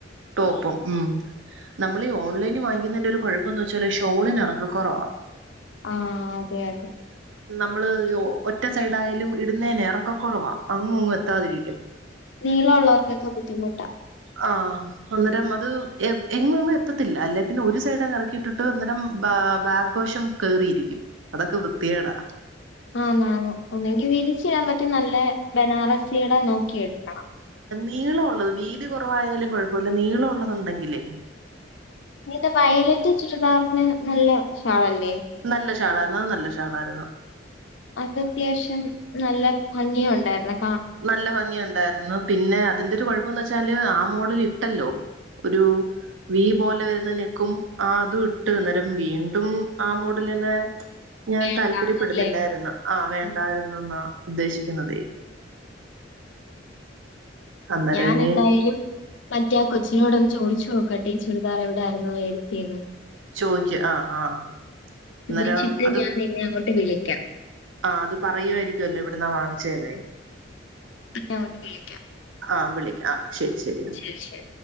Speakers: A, on the right; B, on the left.
A: ടോപ്പും ഉം നമ്മൾ ഈ ഓൺലൈനിൽ വാങ്ങിക്കുന്നന്റെ ഒരു കുഴപ്പംന്ന് വെച്ചാല് ഷോളിന് ഇറക്ക കുറവാ
B: ആ അതെ അതെ
A: നമ്മള് ഒറ്റ സൈഡാ ആയാലും ഇടുന്നതിന് എറക്കം കുറവാ അങ്ങും ഇങ്ങും എത്താതിരിക്കും
B: നീളമുള്ളവർക്കൊക്കെ ബുദ്ധിമുട്ടാ
A: ആ അന്നേരം അത് എങ്ങ് ങ്ങും എത്തത്തില്ല അല്ലെ പിന്നെ ഒരു സൈഡ് ങ്ങ് ഇറക്കിയിട്ടിട്ട് അന്നേരം ബാ ബക്ക് വശം കേറിയിരിക്കും അതൊക്കെ വൃത്തികേടാ
B: ആന്നു അന്നു ഒന്നെങ്കി വിരിച്ചിടാൻ പറ്റുന്ന നല്ല ബനാറസിയുടെ നോക്കിയെടുക്കണം
A: നീളം ഉള്ളത് വീതി കുറവായാലും കുഴപ്പല്ല നീള ഉള്ളത് ഉണ്ടെങ്കിലേ
B: ഇങ്ങനത്തെ വയലറ്റ് ചുരിദാറിന് നല്ലഷാലായിരിക്കും
A: നല്ലഷാളായിരുന്നു അത് നല്ല ഷാളായിരുന്നു
B: അത് അത്യാവശ്യം നല്ല ഭംഗിയും ഉണ്ടായിരുന്നു
A: നല്ല ഭംഗി ഉണ്ടായിരുന്നു പിന്നെ അതിന്റെ ഒരു കുഴപ്പംന്ന് വെച്ചാല് ആ മോഡൽ ഇട്ടല്ലോ ഒരു വീ പോലെ വരുന്ന നെക്കും ആ അതും ഇട്ട് അന്നേരം വീണ്ടും ആ മോഡലന്നെ ഞാൻ
B: വേണ്ടാന്നല്ലേ
A: താല്പര്യപ്പെടുന്നില്ലായിരുന്നു ആ വേണ്ടായിരുന്നു
B: ഉം.
A: ന്നാ ഉദ്ദേശിക്കുന്നതേ. അന്നേരം
B: ഞാനെന്തായിലും
A: ഇനി
B: മറ്റെ കൊച്ചിനോടൊന്ന് ചോയ്ച്ചോക്കട്ടെ ഈ ചുരിദാർ എവിടായിരുന്നു വേടിച്ചേ ന്ന്‌
A: ചോയ്ക്ക് ആഹ് ആഹ് അന്നേരം
B: ചോദിച്ചിട്ട്
A: അത്
B: ഞാൻ നിന്നെ അങ്ങോട്ട് വിളിക്കാം
A: ആ അത് പറയുവായിരിക്കുവല്ലോ എവ്ട്ന്നാ വാങ്ങിച്ചേന്ന്‌
B: ഞാൻ അങ്ങോട്ട് വിളിക്കാം
A: ആഹ് വിളിക്കാം ആഹ് ശെരി ശെരിന്നാ
B: ശരി ശരി